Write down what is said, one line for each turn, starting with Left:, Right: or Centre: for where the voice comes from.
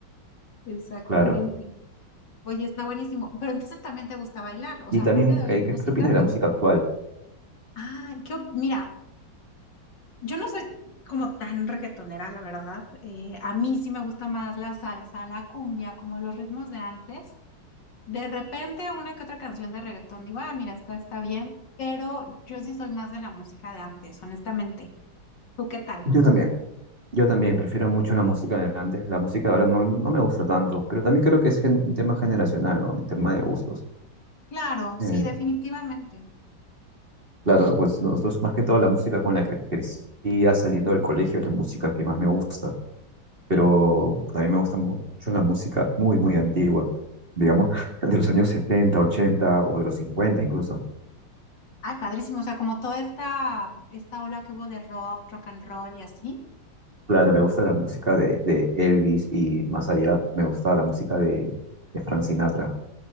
Left: exactamente.
Right: Claro.
Left: Oye, está buenísimo. Pero entonces también te gusta bailar. O
Right: Y
Left: sea,
Right: también,
Left: aparte de oír
Right: eh,
Left: música,
Right: ¿qué, qué opinas de
Left: te
Right: la música
Left: gusta.
Right: actual?
Left: Ah, qué op- mira, yo no soy como tan reggaetonera, la verdad. Eh, a mí sí me gusta más la salsa, la cumbia, como los ritmos de antes. De repente, una que otra canción de reggaetón, digo, ah, mira, esta está bien. Pero yo sí soy más de la música de antes, honestamente. ¿Tú qué tal?
Right: Yo también. Yo también prefiero mucho la música de antes. La música de ahora no, no me gusta tanto, pero también creo que es gen- un tema generacional, ¿no? Un tema de gustos.
Left: Claro, sí,
Right: Eh,
Left: definitivamente.
Right: claro, pues nosotros más que todo la música con la que crecía saliendo del colegio es la música que más me gusta. pero también me gusta mu- mucho la música muy, muy antigua, digamos, <laughs> de los años 70 80 o de los 50 incluso.
Left: Ay, padrísimo. O sea, como toda esta, esta ola que hubo de rock, rock and roll y así.
Right: Claro, me gusta la música de, de Elvis y más allá me gusta la música de, de Frank Sinatra.